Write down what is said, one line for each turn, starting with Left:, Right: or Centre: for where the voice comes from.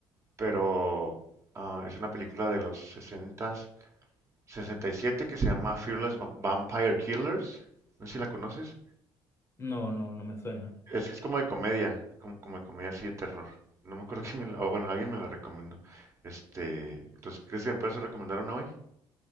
Right: pero ah, es una película de los sesenta sesenta y siete que se llama Fearless Va- Vampire Killers. No sé si la conoces.
Left: No, no, no me suena.
Right: Es, es como de comedia, como, como de comedia así de terror. No me acuerdo <laughs> quién me la, o bueno, alguien me la recomendó. Este, entonces, ¿crees que me puedes recomendar una hoy?